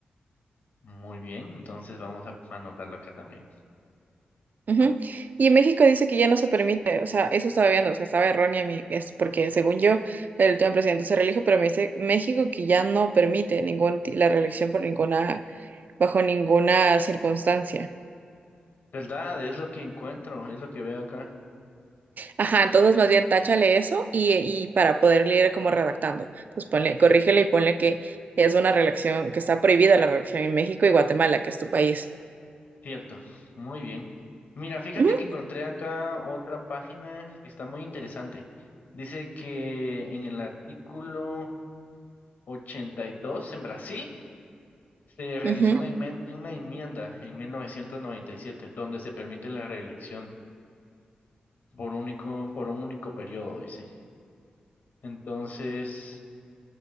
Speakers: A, on the left; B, on the right.
A: Muy bien, entonces vamos a anotarlo acá también.
B: Ujú. Y en México dice que ya no se permite, o sea, eso estaba viendo, o sea, estaba errónea mi, es porque según yo, el último presidente se reelijo, pero me dice México que ya no permite ningún, ti- la reelección por ninguna, bajo ninguna circunstancia.
A: ¿Verdad? Es lo que encuentro, es lo que veo acá.
B: Ajá, entonces
A: Ujú.
B: más bien táchale eso y, y para poder leer como redactando. Entonces ponle, corrígele y ponle que es una relación, que está prohibida la relación en México y Guatemala, que es tu país.
A: Cierto, muy bien. Mira, fíjate
B: Ujú,
A: que encontré acá otra página que está muy interesante. Dice que en el artículo 82 en Brasil, Se realizó
B: ujú,
A: una, enmen- una enmienda en 1997 donde se permite la reelección por único, por un único periodo, dice. Entonces,